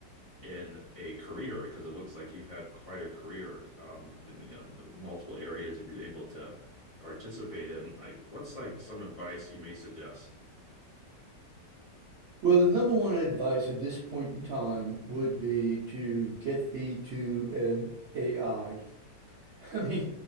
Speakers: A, on the left; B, on the right.
A: in a career, because it looks like you've had quite a career, um, in, you know, the multiple areas you've been able to participate in. Like, what's like some advice you may suggest?
B: Well, the number one advice at this point in time would be to get thee to an AI. <laughs> I mean,